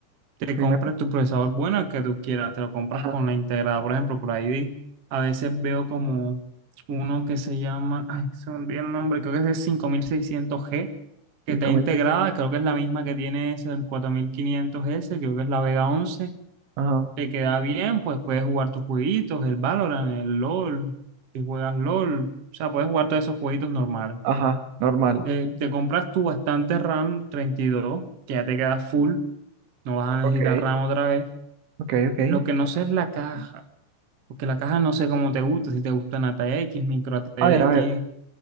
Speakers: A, on the right; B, on the right.
A: te
B: Primero,
A: compres tu procesador bueno, el que tú quieras, te lo compras
B: ajá,
A: con la integrada. Por ejemplo, por ahí vi- a veces veo como uno que se llama, ay, se me olvidó el nombre, creo que es el cinco mil seiscientos g que
B: 5.000
A: está integrada,
B: fechas.
A: creo que es la misma que tiene ese, el cuatro mil quinientos s creo que es la Vega once
B: Ajá,
A: te queda bien, pues puedes jugar tus jueguitos, el Valorant, el LOL, si juegas LOL, o sea, puedes jugar todos esos jueguitos normales.
B: ajá, normal.
A: Eh, te compras tu bastante RAM 32 que ya te queda full, no vas a
B: Ok,
A: necesitar RAM otra vez.
B: ok, ok.
A: Lo que no sé es la caja, porque la caja no sé cómo te gusta, si te gustan a ATX, micro a ATX,
B: A ver, a ver,